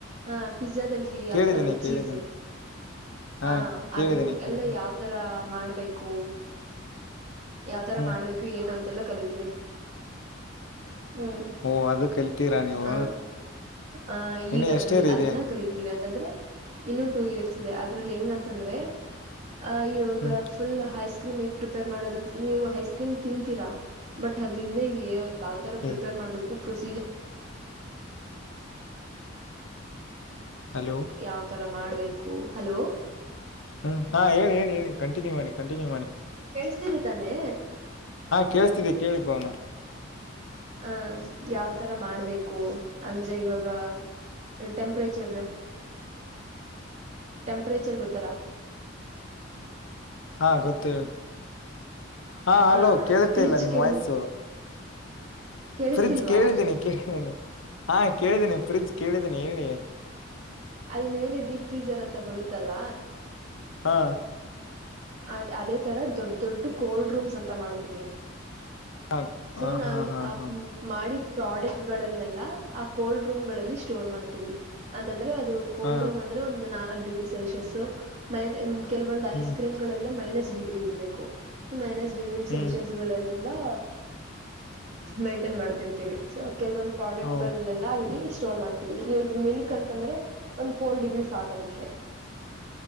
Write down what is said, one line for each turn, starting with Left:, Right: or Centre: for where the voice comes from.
Right: ಹ ಪಿಜ್ಜಾದಲ್ಲಿ
Left: ಕೇಳಿದ್ದೀನಿ
Right: ಆಗ್ತಾರಲ್ಲ
Left: ಕೇಳಿದ್ದೀನಿ
Right: ಚೀಸ್
Left: ಹಾ
Right: ಹ
Left: ಕೇಳಿದ್ದೀನಿ
Right: ಅದು
Left: ಕೇಳಿದ್ದೀನಿ
Right: ಎಲ್ಲ ಯಾವ ತರ ಮಾಡಬೇಕು ಯಾವತರ
Left: ಹ್ಮ್
Right: ಮಾಡ್ಬೇಕು ಏನು ಅಲ್ಲ <inaudible> ಕಲಿತೀವಿ ಹ್ಮ್
Left: ಓ ಅದು ಕಲ್ತೀರಾ ನೀವು
Right: ಹ ಹ ಈಗ
Left: ಇನ್ನು
Right: <inaudible>
Left: ಎಷ್ಟೇರಿ
Right: ಅದನ್ನ
Left: ಇದೆ
Right: ಕಲಿತಿದೀವಿ ಅಂತಂದ್ರೆ ಇನ್ನುೂ ಟೂ ಇಯರ್ಸ್ ಇದೆ ಅದ್ರಲ್ಲಿ ಹೆಂಗಂತಂದ್ರೆ <inaudible> ಆ ಯೋಗ
Left: ಹ್ಮ್
Right: ಫುಲ್ ಹೈಸ್ಕೂ ಕ್ರಮ್ ಹ ಪ್ರಿಪೇರ್ ಮಾಡೋದ ನೀವು ಐಸ್ ಕ್ರೀಮ್ ತಿಂತೀರಾ ಬಟ್ ಅದ್ರಿಂದ ಯಾವ್ ತರ ಪ್ರಿಪೇರ್
Left: ಏ
Right: ಮಾಡ್ಬೇಕು ಪ್ರೊಸೀಜರ್
Left: ಹಲೋ
Right: ಯಾವ್ತರ ಮಾಡ್ಬೇಕು ಹಲೋ
Left: ಹ್ಮ್ ಹಾ ಹೇಳಿ ಹೇಳಿ ಹೇಳಿ ಕಂಟಿನ್ಯೂ ಮಾಡಿ ಕಂಟಿನ್ಯೂ ಮಾಡಿ
Right: ಗೊತ್ತಿರು ತಾನೆ
Left: ಕೇಳ್ತಿದ್ದೆ ಕೇಳಿ ಪವನ
Right: ಹ ಯಾವ್ತರ ಮಾಡ್ಬೇಕು ಅಂದ್ರೆ ಇವಾಗ ಟೆಂಪ್ರೇಚರ್
Left: <unintelligible>
Right: ಟೆಂಪರೇಚರ್ ಗೊತ್ತಲ್ಲಾ
Left: ಹಾ ಗೊತ್ತೇಿ ಹಾ ಹಲೋ
Right: ಆ
Left: ಕೇಳುಸ್ತಾ
Right: ಫ್ರಿಜ್
Left: ಇಲ್ಲ ನಿಮ್ಮ್
Right: ಕೇಳಿ
Left: ವಯ್ಸು
Right: ಕೇಳಿಸ್ತಿಲ್ವಾ
Left: ಫ್ರಿಜ್ ಕೇಳಿದ್ದೀನಿ ಕೇಳಿದ್ದೀನಿ ಹಾ ಕೇಳಿದ್ದೀನಿ ಫ್ರಿಜ್ ಕೇಳಿದ್ದೀನಿ ಹೇಳಿ
Right: ಅಲ್ ಮೇಲೆ ಡೀಪ್ ಫ್ರೀಜರ್ ಅಂತ ಬರುತ್ತಲ್ಲ
Left: ಹಾ
Right: ಅದ ಅದೇ ತರ ದೊಡ್ ದೊಡ್ಡ ಕೋಲ್ಡ್ ರೂಮ್ಸ್ ಅಂತ ಮಾಡ್ತೀವಿ
Left: ಹಾ
Right: ಸೊ
Left: ಹಾ
Right: ನಾವ್
Left: ಹಾ ಹಾ
Right: ಆ
Left: ಹಾ
Right: ಮಾಡಿದ್ ಪ್ರಾಡಕ್ಟ್ ಗಳನ್ನೆಲ್ಲಾ ಆ ಕೋಲ್ಡ್ ರೂಮ್ ಗಳಲ್ಲಿ ಸ್ಟೋರ್ ಮಾಡ್ತೀವಿ ಅಂತಂದ್ರೆ ದು ಕೋಲ್ಡ್
Left: ಹಾ
Right: ರೂಮ್ ಅಂದ್ರೆ ಒಂದು ನಾಲ್ಕ್ ಡಿಗ್ರಿ ಸೆಲ್ಸಿಯಸ್ ಮ ಕೆಲವೊಂದು
Left: ಹ್ಮ್
Right: ಐಸ್ ಕ್ರೀಮ್ ಮೈನಸ್ ಡಿಗ್ರಿ
Left: ಹ್ಮ್
Right: ಸೆಲ್ಸಿಯಸ್ ಇರಬೇಕು ಮೇಂಟೈನ್ ಮಾಡ್ತಿರ್ತವಿ ಸೋ ಕೆಲವೊಂದ್ ಪ್ರಾಡಕ್ಟ್
Left: ಓ
Right: ಗಳೆಲ್ಲ ಅಲ್ಲಿಗೆ ಇಷ್ಟ ಸ್ಟೋರ್ ಮಾಡ್ತೀವಿ ಈವಾಗ ಮಿಲ್ಕ್ ಅಂತಂದ್ರೆ ಒಂದ ಫೋರ್ ಡಿಗ್ರಿ ಸಾಕದಿಕ್ಕೆ